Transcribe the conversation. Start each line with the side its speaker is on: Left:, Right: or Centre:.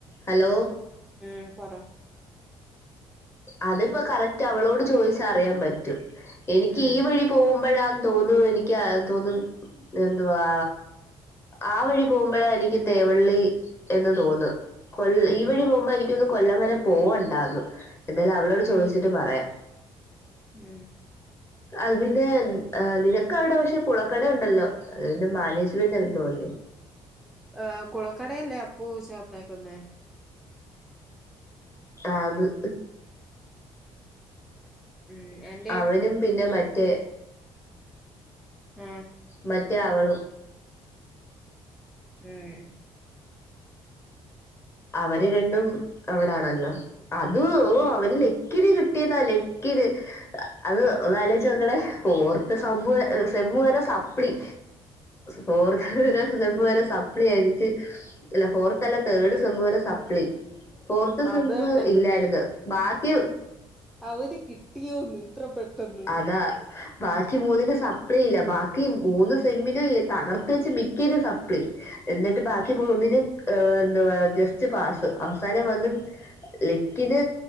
Left: ഹലോ.
Centre: ഉം പറ.
Left: അതിപ്പോ കറക്റ്റ് അവളോട് ചോദിച്ച അറിയാൻ പറ്റും എനിക്ക്
Centre: ഉം
Left: ഈ വഴി. പോകുമ്പഴാന്ന് തോന്നുന്നു എനിക്ക് ആഹ് തോന്നുന്നു എന്തുവാ. ആഹ് വഴി പോകുമ്പഴാ എനിക്ക് തേവള്ളി എന്ന് തോന്ന്. കൊല്ല ഈ
Centre: ഉം
Left: വഴി പോകുമ്പോ ആരിക്കും ഒന്ന് കൊല്ലം വരെ. പോവണ്ടന്ന് എന്തായാലും അവളോട് ചോദിച്ചിട്ട് പറയാം.
Centre: ഉം.
Left: അത് പിന്നെ നിനക്ക് അവിടെ പക്ഷേ കുളക്കട ഉണ്ടല്ലോ. അത് പിന്നെ മാനേജ്മെന്റ്ന്ന് തോന്നി.
Centre: അഹ് കുളക്കടയല്ലേ അപ്പൂ ചേർന്നേക്കുന്നേ?
Left: ആന്ന്.
Centre: ഉം എന്
Left: അവനും പിന്നെ മറ്റേ
Centre: ആഹ്
Left: മറ്റേ അവളും
Centre: ഉം
Left: അവര് രണ്ടും അവിടാണല്ലോ അത് ഓ അവന് ലക്കിന് കിട്ടിയതാ ലക്കിന് അത് ഒന്ന് ആലേച്ചോക്കണെ ഓർത്ത് സമ്മു സെമ്മു വരെ സപ്പ്ളി ഫോർത്ത് വരെ സമ്മ് സപ്ലി അടിച്ച് അല്ല ഫോർത്ത് അല്ല തേഡ് രെ സപ്ലി ഫോർത്ത് സെമ്
Centre: അത് തന്നെ
Left: ഇല്ലായിരുന്നു ബാക്കി
Centre: അവര് കിട്ടിയോന്ന് ഇത്ര പെട്ടെന്ന്
Left: അതാ ബാക്കി മൂന്നിന്റെ സപ്ലി ഇല്ല ബാക്കി മൂന്ന് സെമ്മിനും തകർത്ത വെച്ച് മിക്കരു സപ്ളി എന്നിട്ട് ബാക്കി
Centre: ഉം
Left: മൂന്നിനും എന്തുവാ ജസ്റ്റ് പാസ് അവസാനം വന്ന ലക്കിന്